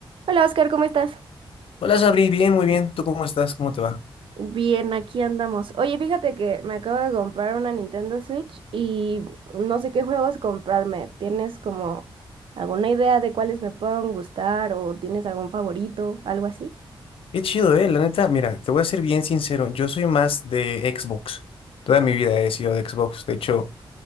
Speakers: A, on the right; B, on the left.
A: Hola Oscar, ¿cómo estás?
B: Hola Sabri, bien, muy bien. ¿Tú cómo estás? ¿Cómo te va?
A: Bien, aquí andamos. Oye, fíjate que me acabo de comprar una Nintendo Switch y no sé qué juegos comprarme. ¿Tienes como alguna idea de cuáles me puedan gustar o tienes algún favorito, algo así?
B: Qué chido, eh. La neta, mira, te voy a ser bien sincero. Yo soy más de Xbox. Toda mi vida he sido de Xbox. De hecho,